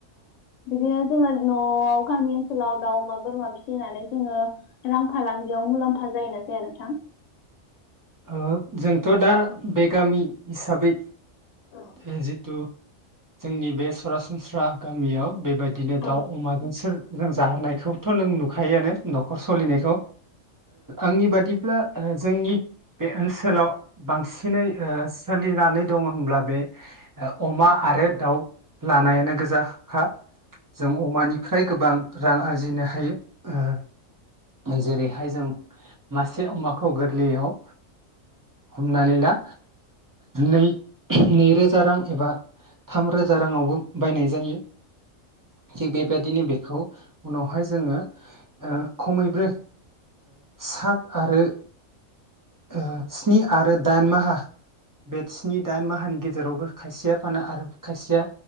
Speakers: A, on the left; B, on the right.
A: बिदिनो जोङो न'आव गामि ओनसोलाव दाउ अमा बोरमा फिसिनानै जोङो रां फाालांगियाव मुलाम्फा जायोना जाया नोंथां
B: ओ जोंथ' दा बे गामि हिसाबै
A: औ
B: हे जिथु जोंनि बे सरासनस्रा गामियाव बे बेबायदिनो
A: औ
B: दाउ अमाजोंसो जों जाहोनायखौथ' नों नुखायोआनो न'खर सलिनायखौ
A: औ
B: आंनि बादि ब्ला जोंनि बे ओनसोलाव बांसिनै ओ सोलिनानै दङ होनब्ला बे अमा आरो दाउ लानायानो गोजाखा जों अमानिफ्राय गोबां रां आरजिनो हायो ओ जेरैहाय जों मासे अमाखौ गोरलैयाव हमनानै ला नै नैरोजा रां एबा थामरोजा राङावबो बायनाय जायो थिग बेबायदिनो बेखौ उनावहाय जोङो ओ खमैब्रो सात आरो ओ स्नि आरो दाइन माहा बे स्नि दाइन माहानि गेजेरावबो खायसेया फानो आरो खायसेया